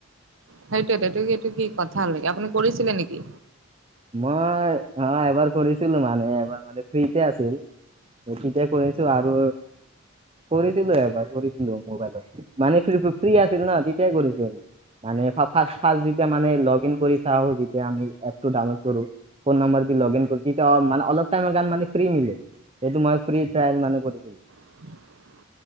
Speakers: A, on the right; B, on the right.
A: সেইটোৱেইটো সেইটো কি কথা হ'ল নেকি? আপুনি কৰিছিলে নেকি?
B: মই অ' এবাৰ কৰিছিলো মানে এবাৰ মানে ফ্ৰীতে আছিল। এই তেতিয়াই কৰিছো আৰু কৰিছিলো এবাৰ কৰিছিলো মোবাইলত মানে ফ্ৰী আছিল ন তেতিয়াই কৰিছো। মানে ফাৰ্ষ্ট ফাৰ্ষ্ট যেতিয়া মানে লগ ইন কৰি চাও, যেতিয়া আমি টো ডাউনলোড কৰো ফোন নম্বৰ লগন কৰো তেতিয়া মানে অলপ টাইমৰ কাৰণে মানে ফ্ৰী মিলে। এইটো মই ফ্ৰী ট্ৰায়েল মানে কৰিছিলো।
A: <inaudible>